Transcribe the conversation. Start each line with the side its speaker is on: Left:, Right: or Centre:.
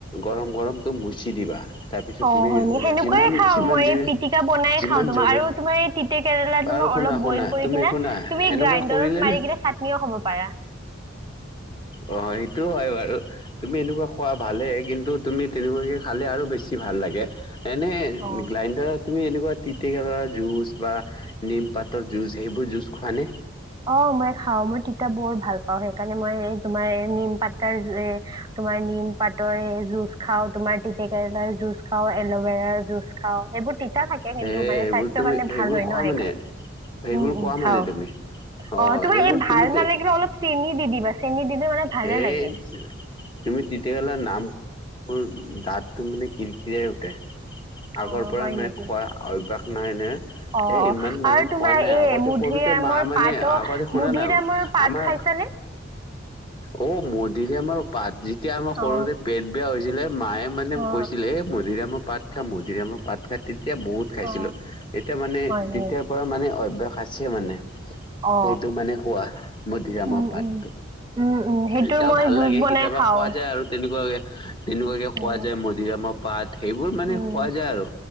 Left: গৰম গৰমটো মচি দিবা তাৰপিছত
Right: অ
Left: তুমি
Right: হয়নি সেনেকুৱাই
Left: যিমান
Right: খাও
Left: যিমান
Right: মই পিটিকা বনাই
Left: যিমান
Right: খাওঁ তোমাক
Left: জল
Right: আৰু তোমাৰ তিতে কেৰেলা
Left: আৰু
Right: তোমাৰ
Left: শুনা
Right: অলপ
Left: শুনা
Right: বইল কৰি
Left: তুমি
Right: কিনে
Left: শুনা
Right: তুমি
Left: এনেকুৱা
Right: গ্ৰাইণ্ডাৰত
Left: কৰিলে
Right: মাৰি
Left: নে
Right: কিনে চাটনিও খাব পাৰা
Left: অ সেইটোও হয় বাৰু তুমি এনেকুৱা খোৱা ভালেই কিন্তু তুমি তেনেকুৱাকে খালে আৰু বেছি ভাল লাগে। এনে
Right: অ
Left: গ্ৰাইণ্ডৰত তুমি এনেকুৱা তিতেকেলা জুজ বা নিম পাত জুছ সেইবোৰ জুছ খোৱা নে?
Right: অ মই খাও মই তিতা বৰ ভাল পাওঁ সেইকাৰণে মই তোমাৰ নিম পাতাৰ তোমাৰ নিম পাতৰে জুজ খা তোমাৰ তিতে কেৰেলাৰ জুচ খাও এল'ভেৰাৰ জুচ খাও সেইবোৰ তিতা থাকে
Left: হে
Right: কিন্তু মানে
Left: সেইবোৰ
Right: স্বাস্থ্যৰ
Left: তুমি
Right: কাৰণে
Left: সেইবোৰ
Right: ভাল হয়
Left: খোৱা
Right: ন সেইকাৰণে
Left: মানে সেইবোৰ
Right: উম উম
Left: খোৱা
Right: খাও
Left: মানে তুমি
Right: অ তোমাৰ
Left: সেইবোৰ
Right: এই ভাল
Left: তুমি
Right: নালাগিল অলপ চেনি দি দিবা চেনি দিলে মানে ভালে
Left: এই
Right: লাগে
Left: তুমি তেতিয়াহেলা নাম মোৰ দাঁতটো মানে কৰিকিৰিয়ই উঠে আগৰ
Right: অ
Left: পৰা
Right: হয়
Left: মে
Right: নেকি
Left: খোৱা অভ্যাস নাই নে
Right: অ অ
Left: এ ইমান মানে
Right: আৰু তোমাৰ
Left: খোৱা নাই
Right: এই
Left: আগতে
Right: মধুৰিআমৰ
Left: সৰুতে মা মানে
Right: পাতো
Left: আগতে শুনা
Right: মধুৰিআমৰ
Left: না
Right: পাত
Left: আমাৰ
Right: খাইছানে?
Left: অ মধুৰি আমৰ পাত যেতিয়া আমাৰ সৰুতে
Right: অ
Left: পেট বেয়া হৈছিলে মায়ে মানে
Right: অ
Left: কৈছিলে এ মধুৰামৰ পাত খা মধিৰামৰ পাত খা ত এতিয়া বহুত খাইছিলোঁ
Right: অ
Left: এতিয়া মানে
Right: হয়
Left: তেতিয়াৰ
Right: নি
Left: পৰা মানে অভ্যাস আছে মানে
Right: অ
Left: সেইটো মানে খোৱা মধুৰি আমৰ
Right: উম
Left: পাতটো
Right: উম উম উম সেইটো
Left: এতিয়াও
Right: মই
Left: ভাল
Right: জুচ
Left: লাগে
Right: বনাই
Left: কেতিয়াবা
Right: খাওঁ
Left: খোৱা যায় আৰু তেনেকুৱাকে তেনেকুৱাকে খোৱা
Right: উম
Left: যায় মধুৰি আমৰ সেইবোৰ মানে
Right: উম
Left: খোৱা যায় আৰু